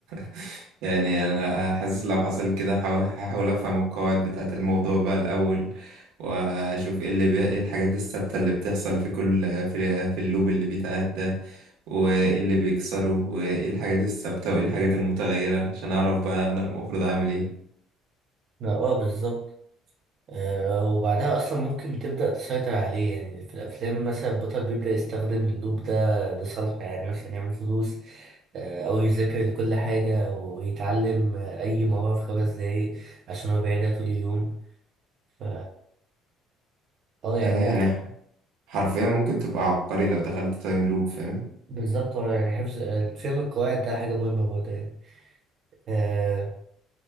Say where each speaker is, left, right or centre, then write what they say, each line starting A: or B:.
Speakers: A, on the right (about 85°); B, on the right (about 45°).
A: <laughs> يعني انا حاسس لو حصل كده هحاول هحاول افهم القواعد بتاعه الموضوع بقى الاول واشوف ايه اللي بي... ايه الحاجات الثابته اللي بتحصل في كل في, في اللوب اللي بيتعاد ده وايه اللي بيكسره وايه الحاجات الثابته وايه الحاجات المتغيره عشان اعرف بقى انا المفروض اعمل ايه
B: لا، اه بالظبط آه، وبعدها أصلا ممكن تبدأ تسيطر عليه يعني في الأفلام مثلا البطل بيبدأ يستخدم اللوب ده لصالحه يعني مثلا يعمل فلوس آه، أو يذاكر لكل حاجة ويتعلم آه، أي مهارة في خمس دقايق عشان هو بيعيدها طول اليوم ف اه يعني
A: اه يعني حرفيا ممكن تبقى عبقري لو دخلت تايم لوب فاهم
B: بالظبط هو يعني حفظ آه، فهم القواعد ده حاجة مهمة برضه يعني آه،